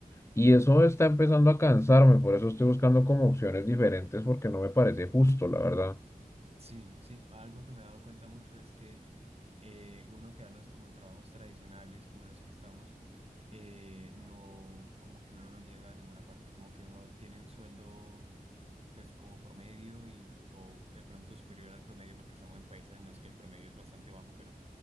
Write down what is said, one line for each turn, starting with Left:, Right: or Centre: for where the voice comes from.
Left: y eso está empezando a cansarme, por eso estoy buscando como opciones diferentes porque no me parece justo, la verdad.
Right: Sí, sí, algo que me he dado cuenta mucho es que eh, uno quedándose como en trabajos tradicionales como los que estamos, eh, no, como que uno no llega a ninguna parte, como que uno tiene un sueldo pues como promedio y o de pronto superior al promedio porque estamos en países en los que el promedio es bastante bajo, pero